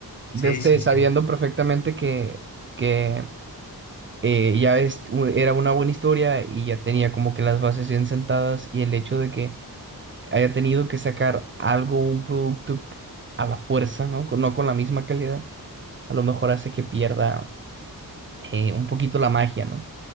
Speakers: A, on the right; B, on the left.
A: De
B: Sí,
A: usted
B: sí, sí.
A: sabiendo perfectamente que, que eh, ya es, u- era una buena historia y ya tenía como que las bases bien sentadas y el hecho de que haya tenido que sacar algo, un producto a la fuerza, ¿no? Con- no con la misma calidad, a lo mejor hace que pierda eh, un poquito la magia, ¿no?